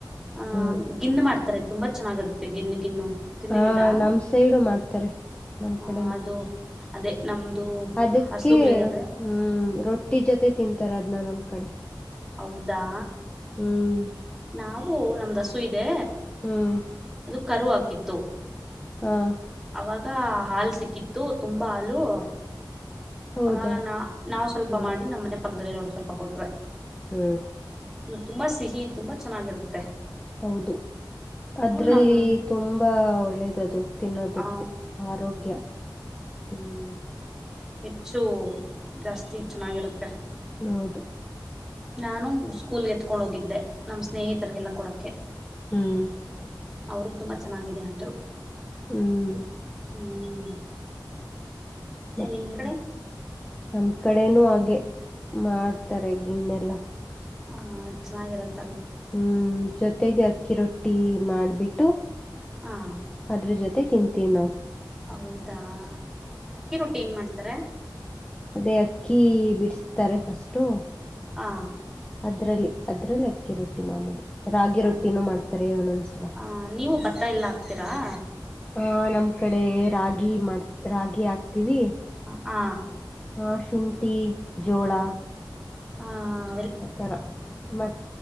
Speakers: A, in the centre; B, on the left (about 15°).
A: ಆಹ
B: ಹ್ಮ್
A: ಗಿನ್ನ ಮಾಡ್ತಾರೆ. ತುಂಬಾ ಚೆನ್ನಾಗಿರುತ್ತೆ ಗಿನ್ ಗಿನ್ನು. ತಿಂದಿದ್ದೀರಾ
B: ಹಾ ನಮ್ ಸೈಡು ಮಾಡ್ತಾರೆ ನಮ್
A: ಆ
B: ಕಡೆನು.
A: ಅದು ಅದೇ. ನಮ್ದು
B: ಅದಿಕ್ಕೆ
A: ಹಸುಗಳಿದಾವೆ
B: ಹ್ಮ ರೊಟ್ಟಿ ಜೊತೆ ತಿಂತರ್ ಅದ್ ನ ನಮ್ಮ್ ಕಡೆ.
A: ಹೌದಾ.
B: ಹ್ಮ್
A: ನಾವು ನಮ್ದಸು ಇದ್ ದೆ
B: ಹ್ಮ್
A: ಅದು ಕರು ಹಾಕಿತ್ ತ್ತು
B: ಹಾ
A: ಅವಾಗ ಹಾಲ್ ಸಿಕ್ಕಿತ್ತು ತುಂಬಾ ಹಾಲು.
B: ಹೌದಾ
A: ಅವಾಗ್ ನ ನಾವ್ ಸ್ವಲ್ಪ
B: ಹ್ಮ್
A: ಮಾಡಿ ನಮ್ಮನೆ ಪಕ್ದಲ್ ಇರೋರ್ ಸ್ವಲ್ಪ ಕೊಟ್ವೇ.
B: ಹ್ಮ್
A: ತುಂಬಾ ಸಿಹಿ ತುಂಬಾ ಚನ್ನಾಗಿರುತ್
B: ಹೌದು ಅದ್ರಲ್ಲಿ
A: ನಮ್
B: ತುಂಬಾ ಒಳ್ಳೇದ್ ಅದು. ತಿನ್ನೋದುಕ್ಕು
A: ಆ
B: ಆರೋಗ್ಯ ಹ್ಮ್.
A: ಹೆಚ್ಚು ಜಾಸ್ತಿ ಚೆನ್ನಾಗಿರುತ್ತೆ.
B: ಹೌದು.
A: ನಾನು ಸ್ಕೂಲ್ಗೆ ಎತ್ಕೊಂಡ್ ಹೋಗಿದ್ದೆ ನಮ್ಮ್ ಸ್ನೇಹಿತ್ರಿಗೆಲ್ಲ ಕೊಡೂಕೆ.
B: ಹ್ಮ್
A: ಅವ್ರು ತುಂಬಾ ಚೆನ್ನಾಗಿದೆ ಅಂದ್ರು.
B: ಹ್ಮ್
A: ಹ್ಮ್
B: ಮತ್ತೆ
A: ನಿಮ್ ಕಡೆ
B: ನಮ್ ಕಡೆನೂ ಆಗ್ ಮಾಡ್ತಾರೆ ಗಿಣ್ನೆಲ್ಲಾ.
A: ಹ ಚೆನ್ನಾಗಿರುತ್
B: ಹ್ಮ್ ಜೊತೆಗೆ ಅಕ್ಕಿ ರೊಟ್ ಟೀ ಮಾಡ್ಬಿಟ್ಟು.
A: ಹಾ
B: ಅದ್ರು ಜೊತೆ ತಿಂ ತಿ ನಾವ್.
A: ಹೌದಾ ಅಕ್ಕಿ ರೊಟ್ಟಿ ಹೆಂಗ್ ಮಾಡ್ತಾರೆ.
B: ಅದೇ ಅಕ್ಕಿ ಬಿ ಬಿಸ್ತಾರೆ ಫಸ್ಟು.
A: ಹಾ
B: ಅದ್ರಲ್ಲಿ ಅದ್ರಲ್ಲಿ ಅಕ್ಕಿ ರೊಟ್ಟಿ ಮಾಮೂಲಿ. ರಾಗಿ
A: ಹೌ
B: ರೊಟ್ಟಿನೂ ಮಾಡ್ತಾರೆ ಒನೊಂದ್ಸಲ
A: ಆ ನೀವು ಭತ್ತ ಎಲ್ಲ ಹಾಕ್ತೀರಾ
B: ಆ ನಮ್ ಕಡೆ ರಾಗಿ ಮಾಡ್ ರಾಗಿ ಹಾಕ್ ತೀವಿ.
A: ಹಾ
B: ಹಾ ಶುಂಟಿ ಜೋಳಾ.
A: ಹಾ ಹ.
B: ಆತರ ಮತ್